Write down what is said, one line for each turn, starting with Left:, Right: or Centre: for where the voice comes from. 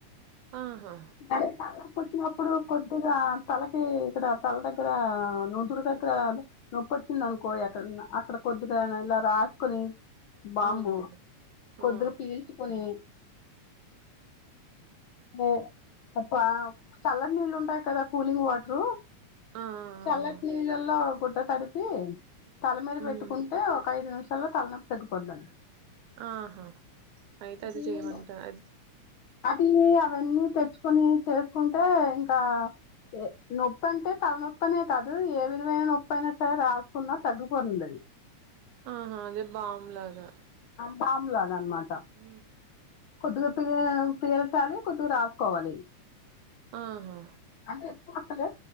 Right: ఆహా
Left: <unintelligible> కొంచెం అప్పుడుకొద్దిగా తలకి ఇక్కడ తల దగ్గర నూదురు దగ్గర నొప్పొచ్చింది అనుకో ఎక్కడన్న అక్కడ కొద్దిగా ఇలా రాసుకొని బాంబు
Right: అవునవును
Left: కొద్దిగా
Right: ఆ
Left: పీల్చుకొని ఓ అబ్బ చల్లటి నీళ్ళు ఉంటాయి కదా కూలింగ్ వాటరు
Right: ఆ ఆ!
Left: చల్లటి
Right: ఆ!
Left: నీళ్ళలో గుడ్డ తాడిపి తల మీద
Right: హ్మ్
Left: పెట్టుకుంటే ఒక ఐదు నిమిషాల్లో తలనొప్పి తగ్గిపోద్దండి
Right: ఆహా అయితే
Left: ఇది
Right: అది చేయమంటా అది
Left: అది అవన్నీ తెచ్చుకొని చేసుకుంటే ఇంకా ఏ నొప్పి అంటే తలనొప్ప అనే కాదు ఏ విధమైన నొప్పైయినా సరే రాసుకున్నా తగ్గిపోతుంది
Right: ఆహా అదే బాము లాగా
Left: బాము లాగా ఆనమాట
Right: ఉ
Left: కొద్దిగా పీల్చాలి కొద్దిగా రాసుకోవాలి
Right: ఆహా
Left: అంటే ఎక్కువ అక్కలే